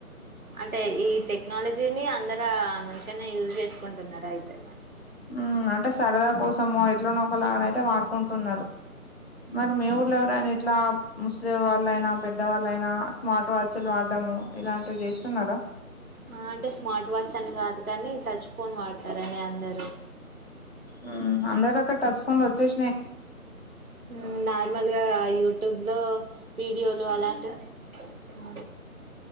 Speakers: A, on the right; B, on the left.
A: అంటే ఈ టెక్నాలజీని అందరు మంచిగానే యూజ్ చేసుకుంటున్నారు అయితే
B: మ్ అంటే సరదా కోసమో ఎట్లానో ఒకలాగనైతే వాడుకుంటున్నారు మరి మి ఊర్లో ఎవరైన ఇట్లా ముసలి వాళ్ళయినా పెద్దవాళ్ళయినా స్మార్ట్ వాచ్లు వాడ్డము ఇలాంటివి చేస్తున్నారా
A: అ అంటే స్మార్ట్ వాచ్ అని కాదు కానీ టచ్ ఫోన్ వాడతారండి అందరు
B: మ్ అందరి దగ్గర టచ్ ఫోన్లు వచ్చేసినయి
A: ఉ నార్మల్ గా యూట్యూబ్ లో వీడియోలు అలాంటి ఉ